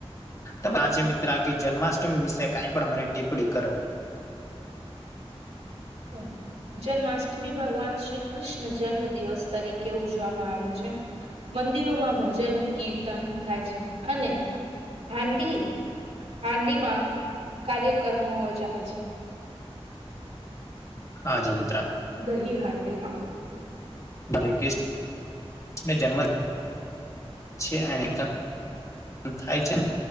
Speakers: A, on the left; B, on the right.
A: આ કે મિત્રાત્કે જન્મા <inaudible> વિશે કઈ પણ મને ટિપડી કરો
B: હા જન્માષ્ટમી ભગવાન શ્રી કૃષ્ણ જન્મ દિવસ તરીકે ઉજવામાં આવે છે મંદિરોમાં ભજન કીર્તન થાય છે અને હાંડી હાંડીમાં કાર્યક્રમો ઓજાય છે
A: હા જી મિત્રા
B: દહી હાંડી માં
A: <unintelligible> ને જન્મ છે અને તા થાય છે